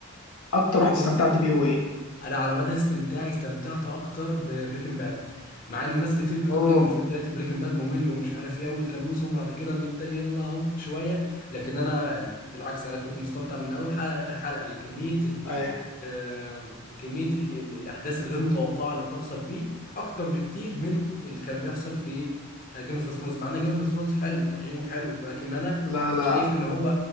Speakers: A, on the left; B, on the left.
A: اكتر واحد
B: بص
A: استمتعت بيه هو ايه
B: انا على مدى استمتاعي استمتعت اكتر ببريكنج باد مع ان ناس كتير بتقول
A: اوه
B: ان في بدايه بريكنج باد ممل ومش عارف ايه اول كام موسم وبعد كده بيبدا يلا اهو شويه لكن انا بالعكس انا كنت مستمتع من اول حلقه لاخر حلقه لكميه ال
A: أي
B: آه، كميه ال ال الاحداث الغير متوقعه اللي بتحصل فيه اكتر بكتير من اللي كان بيحصل في جيم اوف ثرونز مع ان جيم اوف ثرونز حلو تقييمه حلو لكن انا
A: لا لا
B: شايف ان هو